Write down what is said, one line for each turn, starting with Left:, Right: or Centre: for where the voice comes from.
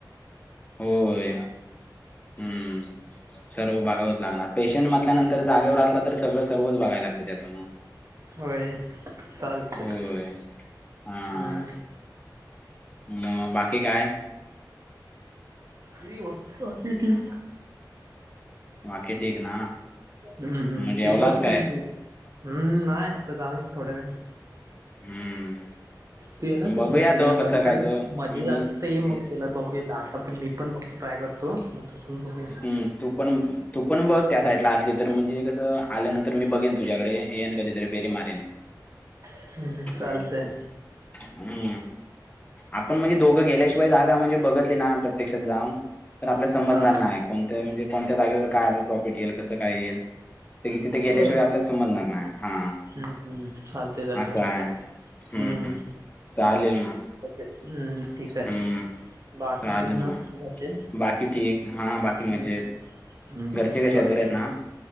Left: होय, हम्म, सर्व बघावत लागणार पेशंट मात त्यानंतर जागेवर असला तर सगळं सर्वच बघाय लागतं त्याच्या मग.
Right: होय चालतंय
Left: होय. हा.
Right: हम्म
Left: मग बाकी काय?
Right: बाकी ठीक.
Left: बाकी ठीक ना?
Right: हम्म. हम्
Left: मग जेवलास
Right: ती बघ
Left: काय?
Right: कुंकू. हुमं नाही जाईल आता थोड्यावेळानी.
Left: हं.
Right: तू येणार कधी
Left: बघूया
Right: मग इकडे
Left: तो कसा
Right: मध्ये
Left: काय तो.
Right: मध्येच
Left: मी
Right: आलास. ये मग
Left: ए
Right: तेला बघूया, आता पण मी पण बघतो ट्राय करतो मग तू पण बघूया.
Left: हं. तू पण तू पण बघ त्या साईडला असली तर म्हणजे कसं आल्यानंतर मी बघेन तुझ्याकडे. येन कधि तरी फिरी मारेन
Right: हम्म
Left: हंम.
Right: चालतंय
Left: हम्म. आपण म्हणजे दोघं गेल्याशिवाय जागा म्हणजे बघत ना प्रत्यक्षात जाऊन, तर आपल्या समजणार
Right: हा
Left: नाही. कोणत म्हणजे कोणत्या जागेवर काय आपलं प्रॉफिट येईल, कसं काय येईल. तर की तिथे गेल्याशिवाय
Right: हम्म
Left: आपल्या समजणार नाय हा
Right: हम्म चालतंय चालतंय
Left: असं आहे. हं
Right: हम्म
Left: चालेल मग
Right: हम्म ठीक आहे.
Left: हं
Right: बाकी
Left: चालेल
Right: ठीक ना
Left: मग
Right: घरचे?
Left: बाकी ठीक हां बाकी
Right: हम्म.
Left: मजेत
Right: हम्म.
Left: घरचे कसे
Right: चालतंय.
Left: आहेत बरे आहेत ना